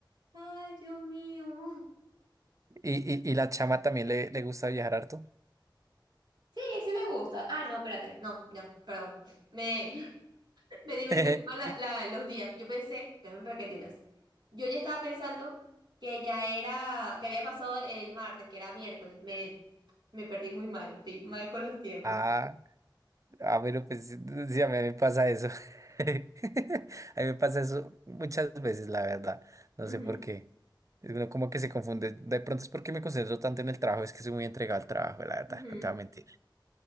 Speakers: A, on the right; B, on the right.
A: ay, Dios mío.
B: y, y, y la chama también le, le gusta viajar harto.
A: Sí, sí le gusta. Ah, no, espérate. No, no, perdón. Me, <laughs> me dimensioné
B: <laughs>
A: mal la- la- los días. Yo pensé, déjame para que entiendas. Yo ya estaba pensando que ya era, que había pasado el martes, que era miércoles. Me, me perdí muy mal, estoy mal con los tiempos.
B: Ah, ah, pero pues sí, sí, a mí me pasa eso. <laughs> A mí me pasa eso muchas veces, la verdad. No
A: Ujú,
B: sé por qué. Es Uno como que se confunde. De pronto es porque me concentro tanto en el trabajo, es que soy muy entregado al trabajo, la verdad,
A: ujú.
B: no te voy a mentir.